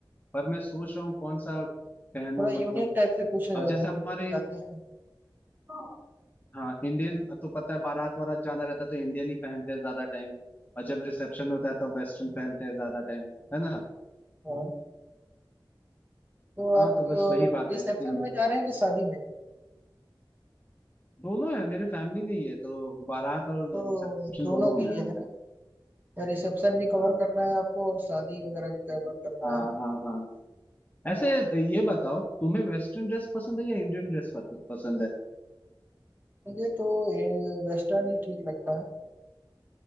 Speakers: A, on the left; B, on the right.
A: पर मैं सोच रहा हूँ कौन सा पहनूं
B: थोड़ा यूनिक
A: मतलब
B: टाइप से कुछ वहाँ
A: अब जैसे हमारे
B: चाहते हैं हाँ
A: हाँ इंडियन तो पता है बारात वारात जाना रहता है तो इंडियन ही पहनते हैं ज्यादा टाइम और जब रिसेप्शन होता है तब वेस्टर्न पहनते हैं ज्यादा टाइम है ना
B: हाँ तो आप
A: हाँ तो बस वही बात
B: रिसेप्शन
A: है इसीलिए
B: में जा रहे हैं कि शादी में
A: दोनों है मेरे फैमिली में ही है तो बारात और
B: तो
A: रिसेप्शन
B: दोनों
A: दोनों होने
B: के लिए
A: हैं मेरे
B: है ना रिसेप्शन भी
A: हाँ
B: कवर करना है आपको और शादी वगैरह भी कवर करना
A: हाँ
B: है
A: हाँ हाँ ऐसे
B: तो
A: ये बताओ तुम्हें वेस्टर्न ड्रेस पसंद है या इंडियन ड्रेस पसंद है
B: मुझे तो वेस्टर्न ही ठीक लगता है